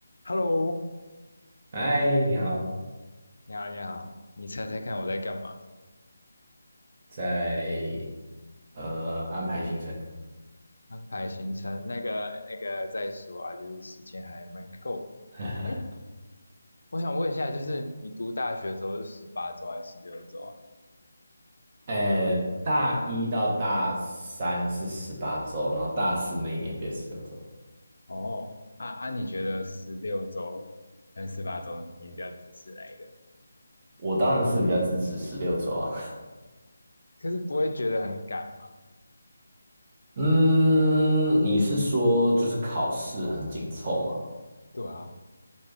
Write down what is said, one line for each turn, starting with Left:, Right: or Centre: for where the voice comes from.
Left: Hello，
Right: 嗨，你好，
Left: 你好，你好，你猜猜看我在干嘛？
Right: 在呃安排行程，
Left: 安排行程，那个那个再说啊，就是时间还蛮够的。
Right: <laughs>
Left: 哎，我想问一下，就是你读大学的时候是十八周还是十六周啊？
Right: 呃，大一到大三是十八周，然后大四那一年变十六周。
Left: 哦，啊啊，你觉得十六周跟十八周你比较支持哪一个？
Right: 我当然是比较支持十六周啊。
Left: 可是不会觉得很赶吗？
Right: <laughs> 嗯，你是说就是考试很紧凑吗？
Left: 对啊，